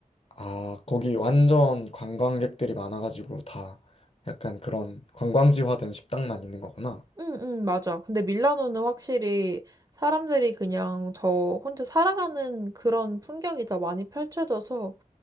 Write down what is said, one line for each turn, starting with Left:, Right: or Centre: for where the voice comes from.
Left: 아, 거기 완전 관광객들이 많아가지고 다 약간 그런 관광지화된 식당만 있는 거구나.
Right: 응, 응, 맞아. 근데 밀라노는 확실히 사람들이 그냥 더 혼자 살아가는 그런 풍경이 더 많이 펼쳐져서